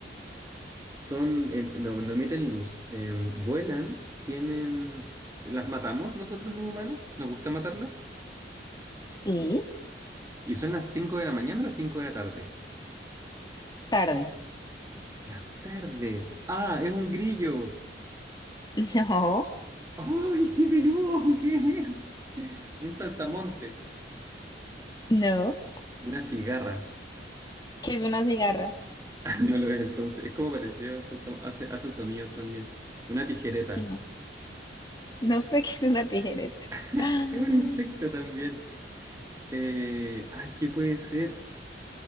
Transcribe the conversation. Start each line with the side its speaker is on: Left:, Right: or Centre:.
Right: son. em, no, no emiten luz. em, vuelan. Tienen. ¿Las matamos nosotros los humanos? ¿Nos gusta matarlas?
Left: ¿Y?
Right: Y son las cinco de la mañana o las cinco de la tarde.
Left: Tarde. <laughs>
Right: De la tarde. ¡Ah! ¡Es un grillo!
Left: No,
Right: ¡Ay, qué peludo! <laughs> ¿Qué es? Un saltamonte.
Left: no.
Right: Una cigarra.
Left: ¿Qué es una cigarra?
Right: No lo ves entonces. Es como pareció el saltamo- Hace, hace sonidos también. Una tijereta.
Left: No. No sé qué es una tijereta.
Right: <laughs>
Left: <gasps> Ah,
Right: Es un insecto también. Eh, ay, ¿qué puede ser?